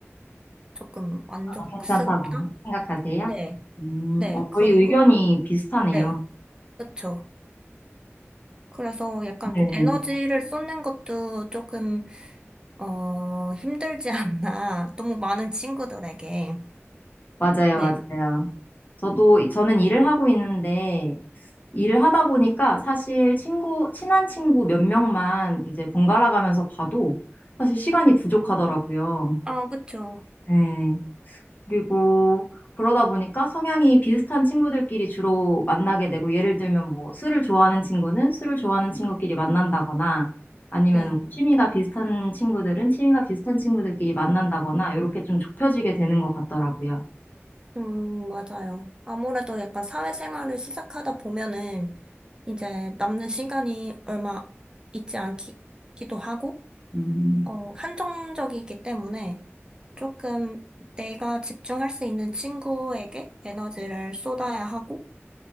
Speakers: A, on the right; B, on the left.
A: 조금 만족스럽다?
B: 어, 괜찮다고 생각하세요?
A: 네,
B: 음,
A: 네,
B: 어,
A: 그리고,
B: 저희 의견이 비슷하네요.
A: 네, 그쵸. 그래서 약간
B: 네,
A: 에너지를 쏟는 것도 조금, 어, 힘들지 않나. <laughs> 너무 많은 친구들에게.
B: 맞아요,
A: 네.
B: 맞아요. 저도, 저는 일을 하고 있는데, 일을 하다 보니까 사실 친구, 친한 친구 몇 명만 이제 번갈아 가면서 봐도 사실 시간이 부족하더라고요.
A: 아, 그쵸.
B: 네. 그리고 그러다 보니까 성향이 비슷한 친구들끼리 주로 만나게 되고 예를 들면 뭐 술을 좋아하는 친구는 술을 좋아하는 친구끼리 만난다거나 아니면
A: 네.
B: 뭐 취미가 비슷한 친구들은 취미가 비슷한 친구들끼리 만난다거나 이렇게 좀 좁혀지게 되는 것 같더라고요.
A: 음, 맞아요. 아무래도 약간 사회생활을 시작하다 보면은 이제 남는 시간이 얼마 있지 않기도 하고,
B: 음,
A: 어, 한정적이기 때문에 조금 내가 집중할 수 있는 친구에게 에너지를 쏟아야 하고,